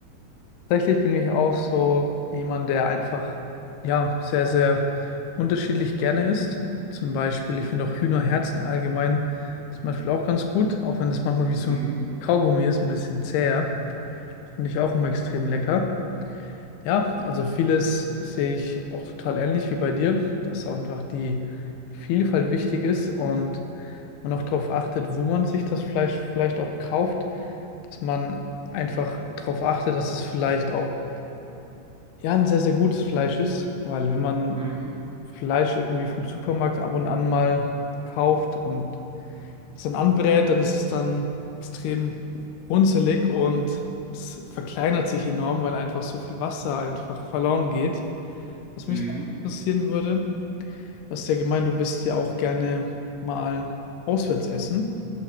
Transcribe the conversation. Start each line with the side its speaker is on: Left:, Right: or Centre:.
Left: Tatsächlich bin ich auch so jemand, der einfach, ja, sehr, sehr unterschiedlich gerne isst. Zum Beispiel, ich finde auch Hühnerherzen allgemein zum Beispiel auch ganz gut, auch wenn es manchmal wie so
Right: Mhm.
Left: ein Kaugummi ist, ein bisschen zäher. Finde ich auch immer extrem lecker. Ja, also vieles sehe ich auch total ähnlich wie bei dir, dass auch einfach die Vielfalt wichtig ist und man auch darauf achtet, wo man sich das Fleisch vielleicht auch kauft, dass man einfach darauf achtet, dass es vielleicht auch ja ein sehr, sehr gutes Fleisch ist, weil wenn man
Right: Mhm.
Left: Fleisch irgendwie vom Supermarkt ab und an mal kauft und es dann anbrät, dann ist es dann extrem runzelig und es verkleinert sich enorm, weil einfach so viel Wasser einfach verloren geht. Was
Right: Mhm.
Left: mich noch interessieren würde, du hast ja gemeint, du bist ja auch gerne mal auswärts essen.